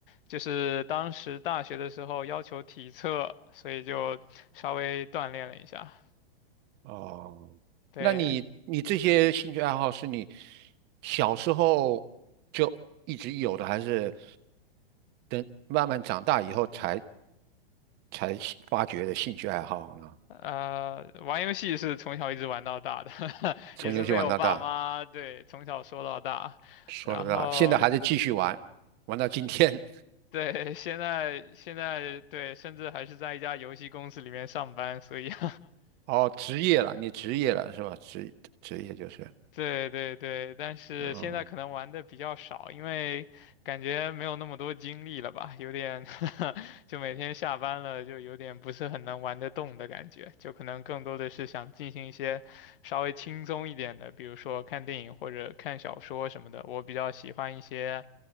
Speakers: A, on the left; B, on the right.
A: 就是当时大学的时候要求体测，所以就稍微锻炼了一下。
B: 哦，
A: 对，
B: 那你你这些兴趣爱好是你小时候就一直有的，还是等慢慢长大以后才才发掘的兴趣爱好呢？
A: 呃，玩游戏是从小一直玩到大的，<laughs>
B: 从游戏玩到大，
A: 也是被我爸妈对从小说到大，
B: 说了大，
A: 然后
B: 现在还在继续玩，玩到今天。
A: 对现在现在对，甚至还是在一家游戏公司里面上班，所以 <laughs>
B: <laughs> 哦，职业了，你职业了是吧？职职业就是，
A: 对对对，但是现在可能玩的比较少，
B: 嗯，
A: 因为感觉没有那么多精力了吧，有点 <laughs> 就每天下班了就有点不是很能玩得动的感觉，就可能更多的是想进行一些稍微轻松一点的，比如说看电影或者看小说什么的。我比较喜欢一些